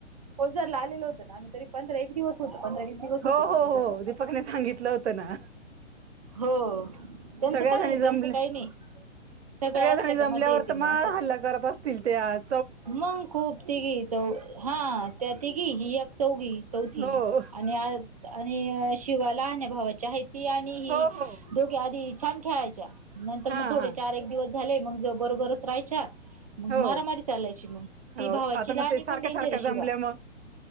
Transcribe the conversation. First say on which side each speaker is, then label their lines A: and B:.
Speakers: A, on the right (about 30°); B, on the right (about 60°).
A: ओझरला आलेलो होतो ना आम्ही तरी पंध एक दिवस <unintelligible> पंधरा-वीस दिवस होते
B: हो
A: मी
B: हो
A: ओझरला.
B: हो दीपकने सांगितलं होतं ना
A: हो त्यांचं
B: सगळ्या
A: काय
B: जणी
A: आहे
B: जमले
A: त्यांचं काही नाही. सगळ्या असल्या
B: जणी जमल्यावर
A: का मजा येते
B: तर मग
A: म असं.
B: हल्ला करत असतील त्या आज.
A: मग खूप तीघी चौ हा त्या तिघी ही एक चौघी चौथी
B: हो
A: आणि आ आणि शिवा लहान्या भावाच्या आहे ती आणि हि
B: हो हो
A: दोघे आधी छान खेळायच्या. नंतर
B: हा
A: मग थोडे
B: हा
A: चार एक दिवस झाले, मग बरोबरच राहायच्या. मग
B: हो
A: मारामारीच त्यालायची मग
B: हो
A: ती भावाची
B: आता मग
A: लाहनी
B: ते सारख्या
A: पण डेंजर
B: सारख्या
A: आहे शिवा.
B: जमल्या मग